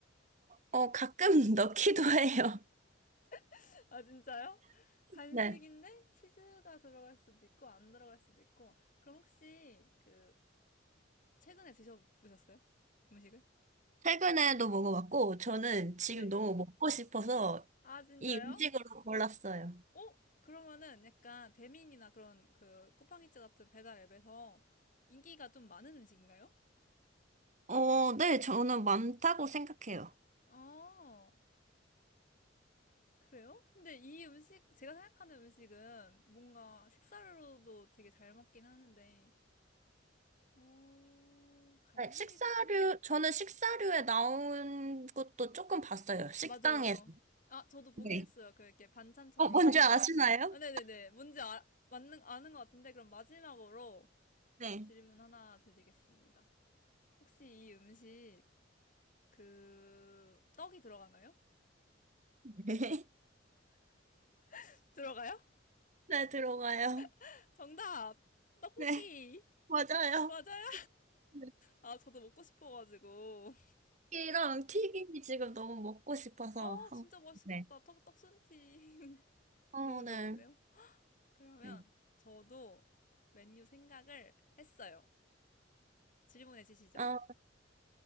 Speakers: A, on the right; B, on the left.
A: 어, 가끔 <laughs> 넣기도 해요.
B: <laughs> 아, 진짜요? 간식인데
A: 네.
B: 치즈가 들어갈 수도 있고 안 들어갈 수도 있고. 그럼 혹시 그 최근에 드셔보셨어요? 음식을?
A: 최근에도 먹어봤고, 저는 지금
B: 네.
A: 너무 먹고 싶어서
B: 아, 진짜요?
A: 이 음식으로 골랐어요.
B: 어? 그러면은 약간 배민이나 그런 그 쿠팡이츠 같은 배달 앱에서 인기가 좀 많은 음식인가요?
A: 어, 네, 저는 많다고 생각해요.
B: 아, 그래요? 근데 이 음식, 제가 생각하는 음식은 뭔가 식사로도 되게 잘 먹긴 하는데, 어, 간식,
A: 네, 식사류, 저는 식사류에 나온 것도 조금 봤어요. 식당에서.
B: 맞아요. 아, 저도 보긴
A: 네.
B: 했어요. 그 이렇게 반찬처럼.
A: 어, 뭔지 아시나요?
B: 아, 네네네. 뭔지 아, 맞는, 아는 것 같은데, 그럼 마지막으로
A: 네.
B: 질문 하나 드리겠습니다. 혹시 이 음식, 그, 떡이 들어가나요?
A: <laughs> 네.
B: <laughs> 들어가요?
A: 네, 들어가요.
B: <laughs> 정답! 떡볶이!
A: 네, 맞아요.
B: 맞아요?
A: 네.
B: 아, 저도 먹고 싶어가지고.
A: 이랑 튀김이 지금 너무 먹고 싶어서
B: <laughs> 어,
A: 한
B: 진짜 맛있겠다.
A: 네.
B: 떡, 떡순티.
A: 어,
B: <laughs> 너무
A: 네.
B: 좋은데요? 그러면
A: 네.
B: 저도 메뉴 생각을 했어요. 질문해 주시죠.
A: 어,